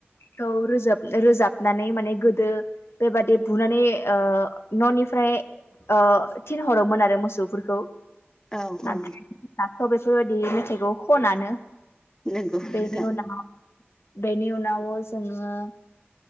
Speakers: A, on the left; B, on the left.
A: थ रोजाब रोजाबनानै माने गोदो बेबादि बुनानै ओ न'निफ्राय ओ थिनहरोमोन आरो मोसौफोरखौ
B: औ
A: नाथायाथ'
B: औ
A: बेफोरबायदि मेथाइखौ खनानो
B: नंगौ
A: बेनि
B: नोंथां
A: उनाव बेनि उनाव जोङो